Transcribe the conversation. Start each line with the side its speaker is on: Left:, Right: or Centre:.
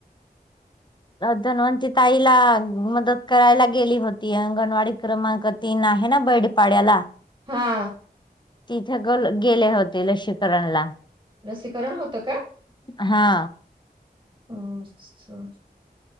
Left: धनवंती ताईला मदत करायला गेली होती अंगणवाडी. क्रमांक तीन आहे ना बैडपाड्याला.
Right: हा.
Left: तिथे गेले होते लसीकरण ला.
Right: लसीकरण होतं का
Left: हा.
Right: हो अच्छा.